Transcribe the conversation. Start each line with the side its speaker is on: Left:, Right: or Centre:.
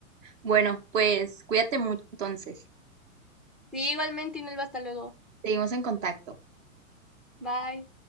Right: Bueno, pues cuídate mucho entonces.
Centre: Sí, igualmente, Inelva, hasta luego.
Right: Seguimos en contacto.
Centre: Bye.